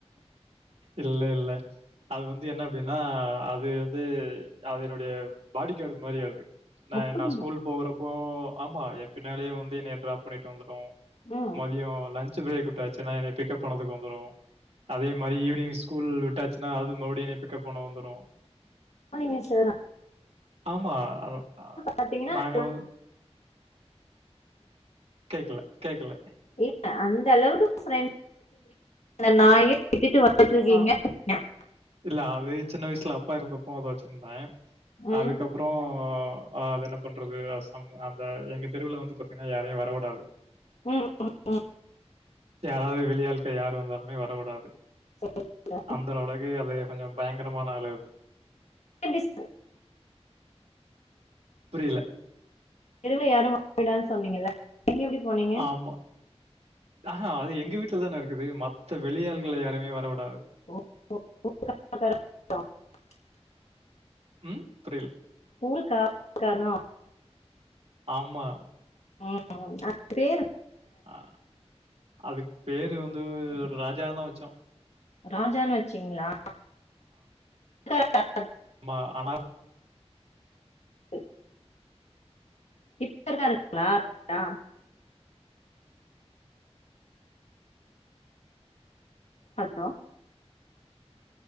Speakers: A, on the right; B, on the left.
A: இல்ல இல்ல அது வந்து என்ன ப்டின்னா அது வந்து அது என்னுடைய பாடி காடு மாரி அது ந
B: அப்படிங்களா
A: நா ஸ்கூல் போகறப்போ ஆமா எ பின்னாலயே வந்து என்னைய ட்ராப் பண்ணிட்டு வந்துரு.
B: ம்
A: மதியோ லன் ன்ச் பிரேக் விட்டாச்சுன்னா என்னைய பிக்கப் பண்ணதுக்கு வந்துரு. அதே மாரி ஈவினிங் ஸ்கூல் விட்டாச்சுன்னா அது மறுவுடியு என்னைய பிக்கப் பண்ண வந்துரு.
B: <inaudible>
A: ஆமா. அது அ
B: பாத்தீங்கனா
A: நாங்க
B: <inaudible>
A: வந்து கேக்கல கேக்கல.
B: இல்ல அந்த அளவுக்கு <inaudible> நாயே விட்டுட்டு
A: ஆம்.
B: <inaudible>
A: இல்ல அது சின்ன வயசுல அப்பா எறந்தப்போ அத வெச்சிந்தே.
B: ம்
A: அதுக்கப் அப்புறோ அ அது என்ன பண்றது அசாம அந்த எங்க தெருவுல வந்து பாத்தீனா யாரையு வர விடாது.
B: ம் ம் ம்.
A: யாராவது வெளியாள்கள் யாரு வந்தாலுமே வர விடாது.
B: <inaudible>
A: அந்தர வளக்கு அது கொஞ்சோ பயங்கரமான ஆளு அது.
B: அ டிஸ்க்
A: புரில.
B: தெருவுல யாரு <inaudible> சொன்னீங்கல்ல. நீங்க எப்டி போனீங்க?
A: ஆமா ஆஹா அது எங்க வீட்ல தான இருக்குது மத்த வெளியாள்கள யாரயுமே வர விடாது.
B: <inaudible>
A: ம் புரில்
B: ஊரு <inaudible> கார்னோ.
A: ஆமா.
B: ம் அ பேரு
A: அ அதுக் பேரு வந்துவ் ராஜான் தா வெச்சோ.
B: ராஜானு வெச்சிங்ளா? <inaudible>
A: மா ஆனா
B: டு. கிட்டதா <inaudible> Hello?